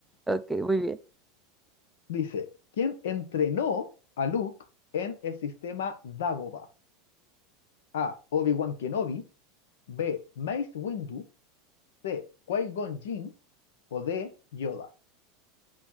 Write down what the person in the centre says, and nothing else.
Ok, muy bien.